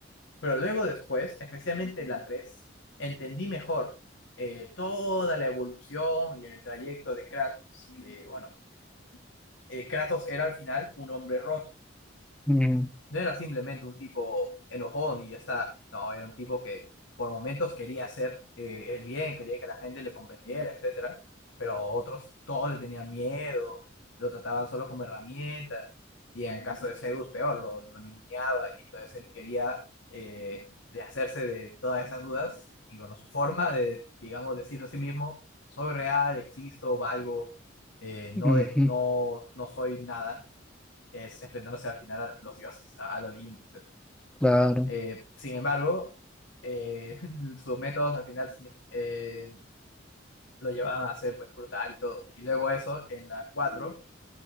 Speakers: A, on the left (about 75°); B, in the centre.
A: Pero luego después, especialmente la 3 entendí mejor eh, toda la evolución y el trayecto de Kratos, que bueno, eh, Kratos era al final un hombre roto
B: Mm,
A: no era simplemente un tipo enojón y ya está, no, era un tipo que por momentos quería hacer eh, el bien, quería que la gente le comprendiera, etcétera, pero otros todos le tenían miedo, lo trataban solo como herramienta, y en el caso de Zeus, peor, lo, lo ninguneaba, y entonces él quería eh, de hacerse de todas esas dudas, y bueno, su forma de, digamos, decirse a sí mismo, soy real, existo, valgo, eh, no,
B: ujú,
A: de, no, no soy nada, es enfrentándose al final a los dioses, a- al Olimpo, etc.
B: Claro,
A: Eh, sin embargo, eh, <laughs> sus métodos al final signi- eh, lo llevaban a ser pues, brutal y todo. Y luego eso, en la 4